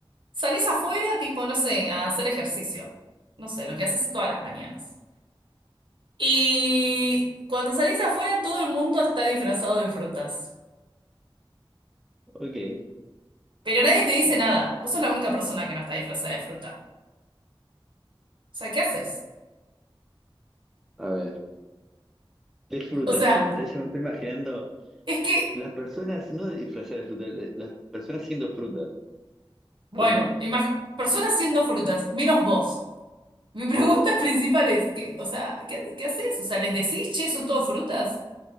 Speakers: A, on the right; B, in the centre.
A: Salís afuera, tipo, no sé, a hacer ejercicio. No sé, lo que haces todas las mañanas. Y cuando salís afuera, todo el mundo está disfrazado de frutas.
B: Ok.
A: Pero nadie te dice nada. Vos sos la única persona que no está disfrazada de fruta. O sea, ¿qué haces?
B: A ver. Es fruta.
A: O sea,
B: Yo me, yo me estoy imaginando
A: es que,
B: las personas, no disfrazadas de fruta, de- las personas siendo frutas.
A: bueno,
B: Pero no.
A: imag- personas siendo frutas, menos vos. Mi pregunta <laughs> principal es, ¿qué, o sea, ¿qué, qué haces? O sea, ¿les decís, che, son todos frutas?